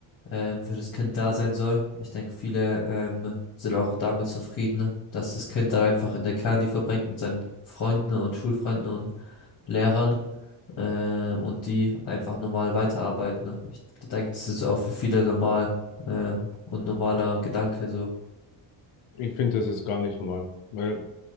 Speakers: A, on the left; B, on the left.
A: ähm, für das Kind da sein soll. Ich denke, viele ähm, sind auch damit zufrieden, dass das Kind dann einfach in der Candy verbringt mit seinen Freunden und Schulfreunden und Lehrern äh, und die einfach normal weiterarbeiten. Ne? Ich denke, das ist auch für viele normal ähm, und normaler Gedanke so.
B: ich finde, das ist gar nicht normal. Weil